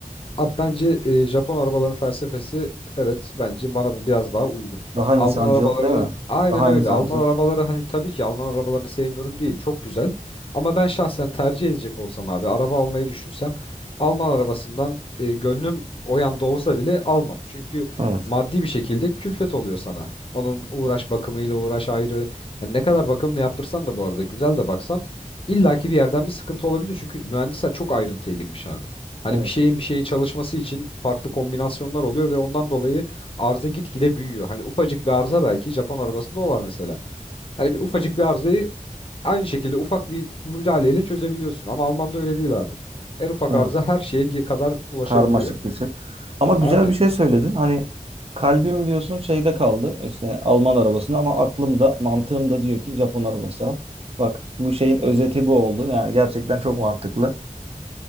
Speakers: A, on the left (about 40°); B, on the right (about 45°).
A: Abi bence e, Japon arabaların felsefesi evet bence bana biraz daha uygun.
B: Daha insancıl,
A: Alman arabaları
B: değil mi?
A: aynen
B: Daha
A: öyle.
B: insancıl.
A: Alman arabaları hani tabii ki Alman arabalarını sevmiyorum değil. Çok güzel. Ama ben şahsen tercih edecek olsam abi araba almayı düşünsem Alman arabasından e, gönlüm o yanda olsa bile almam. Çünkü
B: Evet,
A: maddi bir şekilde külfet oluyor sana. Onun uğraş bakımıyla uğraş ayrı. Hani ne kadar bakımını yaptırsan da bu arada güzel de baksan illaki bir yerden bir sıkıntı olabilir. Çünkü mühendisler çok ayrıntıya girmiş abi. Hani
B: evet,
A: bir şeyin bir şeye çalışması için farklı kombinasyonlar oluyor ve ondan dolayı arıza gitgide büyüyor. Hani ufacık bir arıza belki Japon arabasında o var mesela. Hani bir ufacık bir arızayı aynı şekilde ufak bir müdahaleyle çözebiliyorsun ama Alman'da öyle değil abi. En ufak
B: evet.
A: arıza her şeye ge- kadar ulaşabiliyor.
B: Karmaşık bir şey. Ama güzel
A: Aynen.
B: bir şey söyledin. Hani kalbim diyorsun şeyde kaldı. işte Alman arabasında ama aklım da mantığım da diyor ki Japon arabası al. Bak bu şeyin özeti bu oldu. Yani gerçekten çok mantıklı.